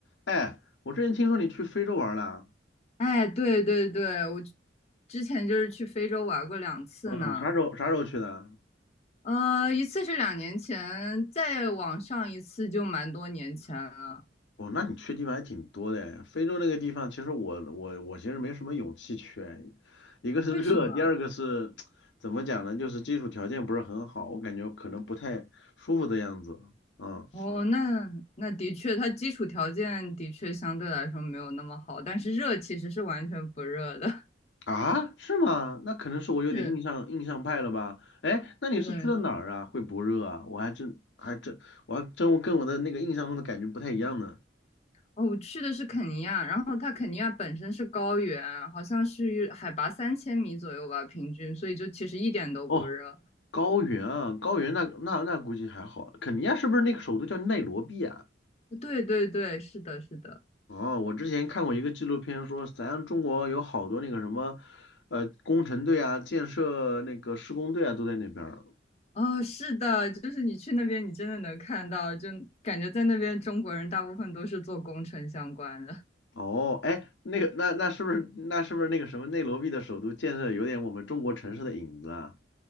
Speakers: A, on the left; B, on the left.
A: 哎，我之前听说你去非洲玩了，
B: 哎，对对对，我之前就是去非洲玩过两次呢，
A: 嗯，啥时候啥时候去的？
B: 呃，一次是两年前，再往上一次就蛮多年前了。
A: 哦，那你去地方还挺多的诶。非洲那个地方，其实我我我其实没什么勇气去诶一个是热，
B: 为什么？
A: 第二个是 <tsk> 怎么讲呢？就是基础条件不是很好，我感觉可能不太舒服的样子。嗯，
B: 哦，那那的确，它基础条件的确相对来说没有那么好，但是热其实是完全不热的。
A: 啊，是吗？那可能是我有点印象印象派了吧？
B: <laughs> 是，
A: 哎，那你是去的哪儿啊？
B: 对。
A: 会不热啊？我还真还真我还真我跟我的那个印象中的感觉不太一样呢。
B: 哦，我去的是肯尼亚，然后它肯尼亚本身是高原，好像是海拔三千米左右吧，平均，所以就其实一点都不热。
A: 哦高原啊，高原那那那估计还好。肯尼亚是不是那个首都叫内罗毕啊？
B: 对对对，是的，是的。
A: 哦，我之前看过一个纪录片说，咱中国有好多那个什么，呃，工程队啊、建设那个施工队啊都在那边儿。
B: 哦，是的，就是你去那边，你真的能看到，就感觉在那边中国人大部分都是做工程相关的。
A: 哦，哎，那个那那是不是那是不是那个什么内罗毕的首都建设有点我们中国城市的影子啊？